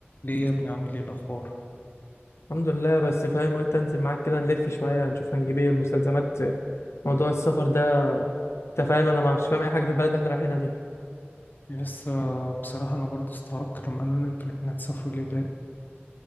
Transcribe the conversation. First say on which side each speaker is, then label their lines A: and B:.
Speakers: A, on the left; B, on the left.
A: ليه يا ابني عامل ايه الاخبار
B: الحمد لله بس فاهم قلت انزل معاك كده نلف شويه نشوف هنجيب ايه المستلزمات موضوع السفر ده انت فاهم انا ما مش فاهم اي حاجه في البلد اللي احنا رايحينها دي
A: بس آه، بصراحه انا برضو استغربت لما قالوا لنا انتوا الاتنين هتسافروا اليابان